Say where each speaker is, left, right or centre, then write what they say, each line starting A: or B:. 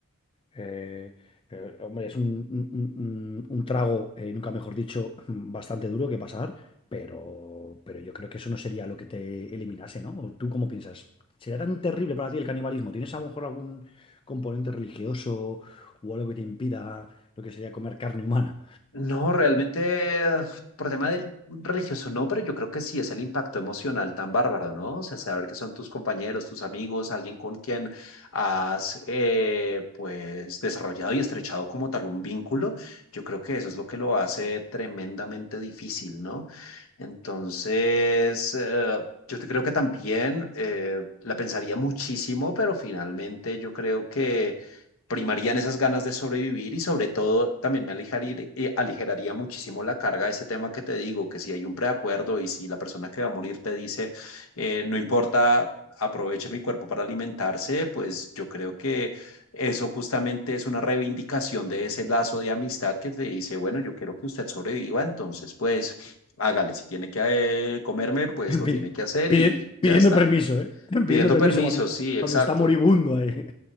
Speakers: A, on the left; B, on the left.
A: eh, eh, hombre, es un, un- un- un- trago, eh, nunca mejor dicho, <laughs> bastante duro que pasar, pero, pero yo creo que eso no sería lo que te eliminase, ¿no? ¿O tú cómo piensas? ¿Sería tan terrible para ti el canibalismo? ¿Tienes a lo mejor algún componente religioso o algo que te impida lo que sería comer carne humana?
B: No, realmente por tema del religioso no, pero yo creo que sí es el impacto emocional tan bárbaro, ¿no? O sea, saber que son tus compañeros, tus amigos, alguien con quien has eh, pues desarrollado y estrechado como tal un vínculo, yo creo que eso es lo que lo hace tremendamente difícil, ¿no? Entonces, eh, yo te creo que también eh, la pensaría muchísimo, pero finalmente yo creo que primarían esas ganas de sobrevivir y sobre todo también me aligerir- eh, aligeraría muchísimo la carga de ese tema que te digo, que si hay un preacuerdo y si la persona que va a morir te dice, eh, no importa, aproveche mi cuerpo para alimentarse, pues yo creo que eso justamente es una reivindicación de ese lazo de amistad que te dice, bueno, yo quiero que usted sobreviva, entonces pues hágale, si tiene que eh, comerme, pues
A: <laughs>
B: lo
A: Pi-
B: tiene que hacer
A: pidi-
B: y
A: pidiendo
B: ya está.
A: permiso, ¿eh? <laughs>
B: Pidiendo
A: Pidiendo permiso
B: permiso,
A: cuando,
B: sí, exacto.
A: cuando está moribundo ahí.